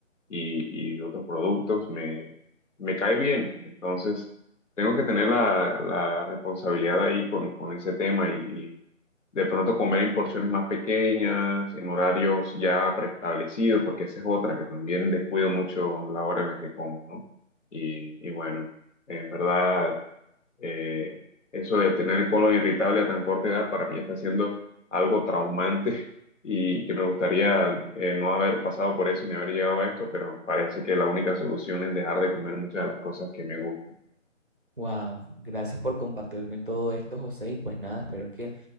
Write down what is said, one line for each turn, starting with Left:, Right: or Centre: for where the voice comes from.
Left: y, y otros productos, me, me cae bien. Entonces, tengo que tener la, la responsabilidad ahí con, con ese tema y, y de pronto comer en porciones más pequeñas, en horarios ya preestablecidos, porque esa es otra que también descuido mucho la hora en la que como, ¿no? Y, y bueno, en verdad eh, eso de tener el colon irritable a tan corta edad para mí está siendo algo traumante <laughs> y que me gustaría eh, no haber pasado por eso ni haber llegado a esto, pero parece que la única solución es dejar de comer muchas de las cosas que me gustan.
Right: Wow, gracias por compartirme todo esto, José. Y pues nada, espero que